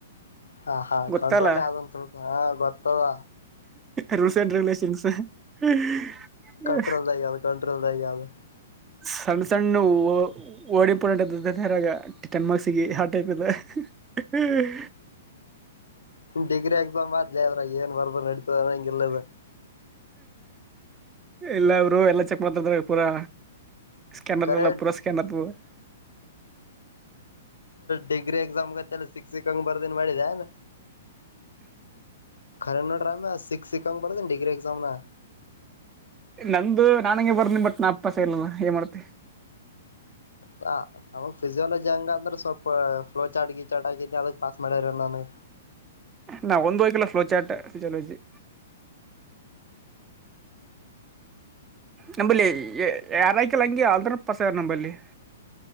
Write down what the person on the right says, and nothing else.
ಗೊತ್ತಲ್ಲ
ರೂಲ್ಸ್ ಆಂಡ್ ರೆಗುಲೇಷನ್ಸ್ ಹ
ಸಣ್ಣ ಸಣ್ಣ ಓಡಿಂಪೋರ್ಡೆೆಂಟ್ ಅಗ ಟನ್ ಮಾರ್ಕ್ಸ್ ಆ ಟೈಪ್ ಇದೆ ಹ್ಮ್
ಇಲ್ಲ ಅವರು ಎಲ್ಲ ಚೆಕ್ ಮಾಡ್ತದ ಪೂರಾ ಸ್ಕ್ಯಾನರ್
ಎಲ್ಲ ಪೂರಾ ಸ್ಕ್ಯಾನ್ ಆತದ
ನಂದು ನಾಂಗೆ ಬರ್ದಿ ಬಟ್ ನಾ ಅಪ್ಪ ಸೆಲ ಏನ್ ಮಾಡ್ತಿ
ನಾ ಒಂದ ಹೋಗಕಲ್ಲ ಫ್ಲೋಚಾಟ್ ಫಿಲಜಿ ನಂಬಲ್ಲಿ ಯಾರಾಯ್ಕಲ್ಲಂಂಗಗೆ ಅಲ್ಪಸ ನಂಬಲ್ಲಿ